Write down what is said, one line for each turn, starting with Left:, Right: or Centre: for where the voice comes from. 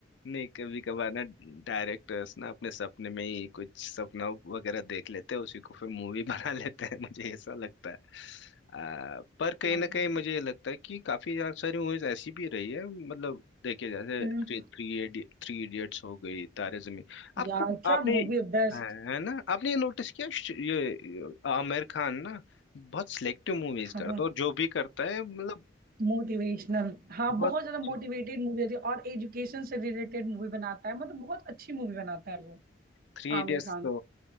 Left: नहीं कभी कभार ना डायरेक्टर्स ना अपने सपने में ही कुछ सपना वगैरह देख लेते हैं उसी को फिर मूवी <laughs> बना लेते हैं मुझे ऐसा लगता है आ, पर कहीं
Right: हाँ
Left: ना कहीं मुझे ये लगता है कि काफी ज्यादा सारी मूवीज ऐसी भी रही है मतलब देखिए जैसे
Right: हम्म,
Left: थ्री थ्री थ्री इडियट्स हो गई तारे जमीन आपको
Right: यार क्या
Left: आपने
Right: मूवी है बेस्ट
Left: है है ना आपने ये नोटिस किया श- ये ये आमिर खान ना बहुत सिलेक्टिव मूवीज
Right: हाँ
Left: करता है और जो भी करता है मतलब
Right: मोटिवेशनल हाँ
Left: बहुत
Right: बहुत ज्यादा
Left: अच्छी
Right: मोटिवेटेड मूवी होती है और एजुकेशन से रिलेटेड मूवी बनाता है मतलब बहुत अच्छी मूवी बनाता है वो
Left: थ्री इडियट्स
Right: आमिर खान
Left: तो